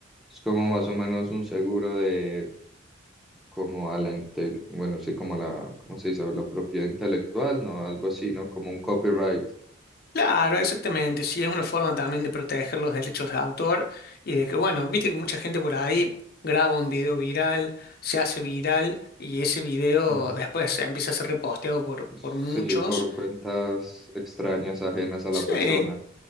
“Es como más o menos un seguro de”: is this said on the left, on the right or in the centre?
Centre